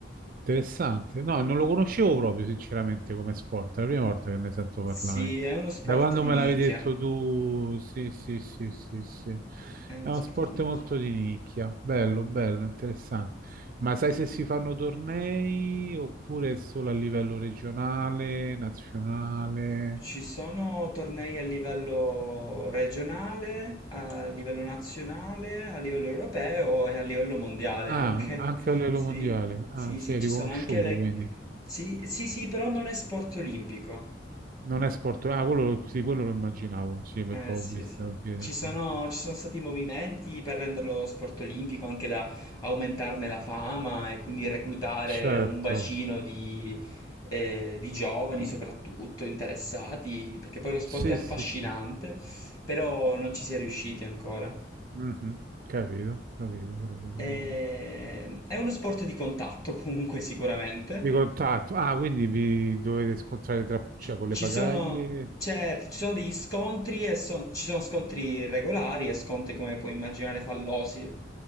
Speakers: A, on the right; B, on the left.
A: Interessante. No, non lo conoscevo proprio, sinceramente, come sport. È la prima volta che ne sento parlare.
B: Sì, è uno sport
A: Da quando
B: di
A: me
B: nicchia.
A: l'avevi detto tu, sì, sì, sì, sì, sì.
B: È uno
A: È uno
B: sport
A: sport
B: nicchia.
A: molto di nicchia. Bello, bello, interessante. Ma sai se si fanno tornei oppure solo a livello regionale, nazionale?
B: Ci sono tornei a livello regionale, a livello nazionale, a livello europeo e a livello mondiale
A: Ah,
B: anche.
A: anche a livello
B: Sì,
A: mondiale.
B: sì,
A: Ah, sì,
B: sì,
A: è
B: ci
A: riconosciuto,
B: sono anche le...
A: quindi.
B: Sì, sì, sì, però non è sport olimpico.
A: Non è sport. Ah, quello, sì, quello lo immaginavo, sì, perché
B: Eh
A: ho
B: sì,
A: visto
B: sì.
A: in piedi
B: Ci
A: a
B: sono,
A: tavola.
B: ci sono stati movimenti per renderlo sport olimpico, anche da aumentarne la fama e quindi reclutare
A: Certo.
B: un bacino di, eh, di giovani soprattutto interessati, perché poi lo sport
A: Sì,
B: è affascinante,
A: sì, sì, sì.
B: però non ci si è riusciti ancora.
A: Mhm. Capito, capito, capito,
B: Eh,
A: capito.
B: è uno sport di contatto <laughs> comunque sicuramente.
A: Di contatto. Ah, quindi vi dovete scontrare tra,
B: Ci,
A: cioè, con
B: ci
A: le pagaglie
B: sono, certo, ci sono degli scontri e so- ci sono scontri regolari e scontri come puoi immaginare fallosi.